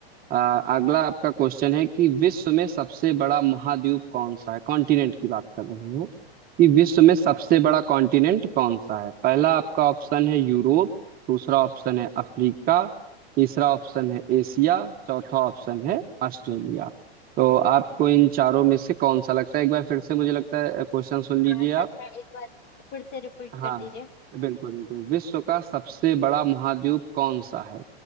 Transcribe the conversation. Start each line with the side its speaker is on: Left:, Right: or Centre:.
Right: अ, अगला आपका क्वेश्चन है कि विश्व में सबसे बड़ा महाद्वीप कौन सा है कॉन्टिनेंट की बात कर रहे हैं कि विश्व में सबसे बड़ा कॉन्टिनेंट कौन सा है पहला आपका ऑप्शन है यूरोप दूसरा ऑप्शन है अफ्रीका तीसरा ऑप्शन है एशिया चौथा ऑप्शन है ऑस्ट्रेलिया तो आपको इन चारों में से कौन सा लगता है एक बार फिर से मुझे लगता है क्वेश्चन सुन लीजिए
Left: हाँ सर
Right: आप
Left: मैं एक बार फिर से रिपीट कर
Right: हाँ
Left: दीजिए
Right: बिल्कुल बिल्कुल विश्व का सबसे बड़ा महाद्वीप कौन सा है